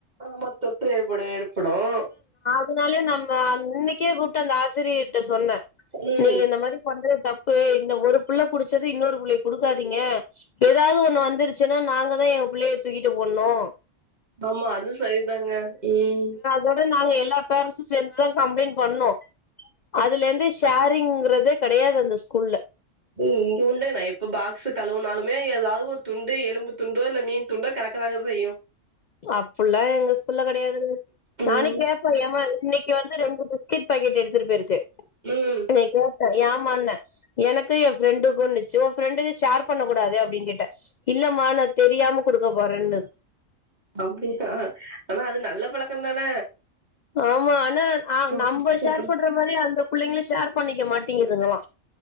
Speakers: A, on the right (about 35°); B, on the left (about 55°).
A: ஆமா தொற்று ஏற்படு ஏற்படூம்
B: அதனாலயே நம்ம அன்னிக்கே கூப்ட்டு அந்த ஆசிரியட்ட சொன்னே
A: ம்
B: நீங்க இந்த மாரி பண்றது தப்பு இந்த ஒரு புள்ள குடிச்சது இன்னொரு பிள்ளைக்கு குடுக்காதீங்க ஏதாவது ஒண்ணூ வந்துருச்சுன்னா நாங்கதா எங் பிள்ளைய தூக்கிட்டு ஓட்னோ
A: ஆமா அது சரிதாங்க ம்
B: தோட நாங்க எல்லா பேரஸும் சேர்ந்துதா கம்ப்ளைண்ட் பண்ணோ அதுலருந்து ஷேரிங்கறது கடையாது அந்த ஸ்கூல்ல
A: ஏ இங்க வந்து நா எப்ப பாக்ஸ் கழுவுனாலுமே ஏதாவது ஒரு துண்டு எலும்பு துண்டோ இல்ல மீன் துண்டோ கடக் குறதுயூ
B: அப்புல்லா எங்க ஸ்கூல்ல கிடையாதுங்
A: ம்
B: நானே கேப் ஏமா இன்னிக்கு வந்து ரெண்டு பிஸ்கட் பாக்கெட் எடுத்துட்டு போயிருக்கு
A: ம்
B: செரீ கேட்டோ ஏமாண்ணே எனக்கு என் ஃப்ரெண்டுக்குன்னுச்சு உங் ஃப்ரெண்டுக்கு ஷேர் பண்ண கூடாது அப்படின்னுகேட்டே இல்லமா நா தெரியாம குடுக்க போறேன்னுத்
A: அப்டியா ஆனா அது நல்ல பழக்கே தான
B: ஆமா ஆனா ஆ நம்ம
A: குடுத்து சாப்புட்ற
B: ஷேர் பண்ற மாரி அந்த பிள்ளைங்களூ ஷேர் பண்ணிக்க மாட்டேங்குதுங்களா